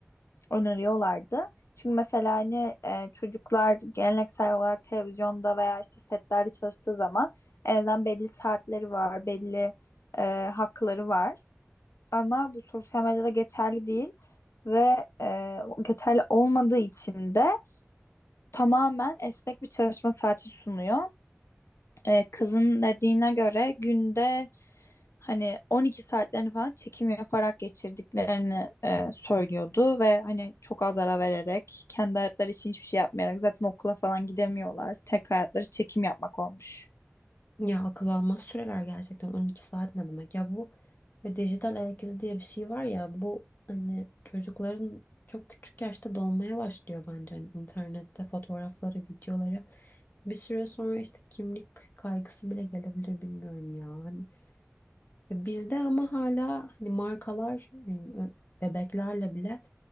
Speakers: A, on the left; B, on the left.
A: öneriyorlardı. Çünkü mesela hani e, çocuklar geleneksel olarak televizyonda veya işte setlerde çalıştığı zaman en azından belli saatleri var, belli e, hakları var. Ama bu sosyal medyada geçerli değil ve e, geçerli olmadığı için de tamamen esnek bir çalışma saati sunuyor. E, kızın dediğine göre günde hani 12 saatlerini falan çekim yaparak geçirdiklerini e, söylüyordu ve hani çok az ara vererek kendi hayatları için hiçbir şey yapmayarak zaten okula falan gidemiyorlar. Tek hayatları çekim yapmak olmuş.
B: Ya akıl almaz süreler gerçekten 12 saat ne demek ya bu ve dijital ayak izi diye bir şey var ya bu hani çocukların çok küçük yaşta dolmaya başlıyor bence Hani internette fotoğrafları videoları bir süre sonra işte kimlik kaygısı bile gelebilir bilmiyorum ya Hani, e, Bizde ama hala hani markalar yani bebeklerle bile